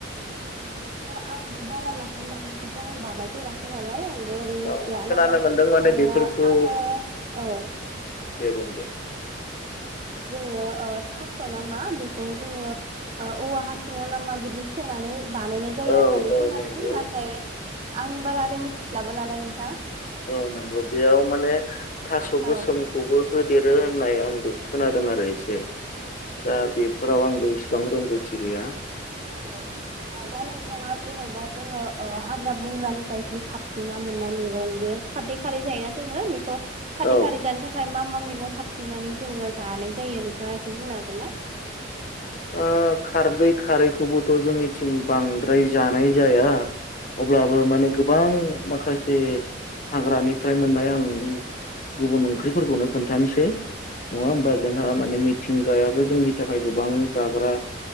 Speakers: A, on the right; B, on the left.
A: <unintelligible> आंबो बारा नाफाम बाथोनखौथ' आं बानायफेराखै नालाय आं बोरै मिथिया
B: औ खोनानो
A: नाथाय
B: मोनदों माने
A: ओ
B: बेफोरखौ
A: आङो औ
B: दे बुंदो
A: जोङो ओ थास' नामा बिखौ जोङो ओ औवा हासुङाव ना मा बिदि सोनानै बानायनाय जायो
B: औ
A: होननानै
B: औ
A: खोनादों
B: नंगौ
A: नाथाय आं बारा आरै मिथिस्लाबा नालाय नों
B: औ नंगौ। बेयाव माने थास' गोसोमखौबो
A: औ
B: होदेरो होननाय आंबो खोनादों आरो एसे। दा बेफोराव आंबो इसेबां रोंगौथि गैया।
A: औ। आ दा नोंथाङा जेनेबा जोङो ओ हाग्रा बंग्रानिफ्राय जि खाबथिंना मोननाय मेगं बे खाददै खारै जायोना जोङो बेखौ खाददै
B: औ
A: खारै जानो थाखाय मा मा मेगं खाबथिंनानै जोङो जानाय जायो नोंथाङा एसे बुंनो हागोना?
B: ओ खारदै खारैखौबोथ' जोंनिथिं बांद्राय जानाय जाया। अब्लाबो माने गोबां माखासे हाग्रानिफ्राय मोननाय आं गुबुन ओंख्रिफोरखौनो खोन्थानसै। नङा होमबा? जोंहा माने मिथिंगायाबो जोंनि थाखाय गोबां जाग्रा